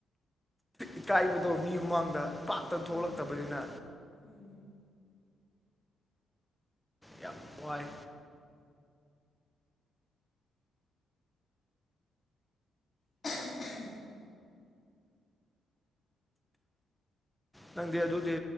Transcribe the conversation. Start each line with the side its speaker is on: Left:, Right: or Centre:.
Centre: ꯏꯀꯥꯏꯕꯗꯣ ꯃꯤ ꯃꯃꯥꯡꯗ ꯄꯥꯛꯇ ꯊꯣꯛꯂꯛꯇꯕꯅꯤꯅ
Left: ꯎꯝ ꯎꯝ
Centre: ꯌꯥꯝ ꯋꯥꯏ
Left: <unintelligible>
Centre: ꯅꯪꯗꯤ ꯑꯗꯨꯗꯤ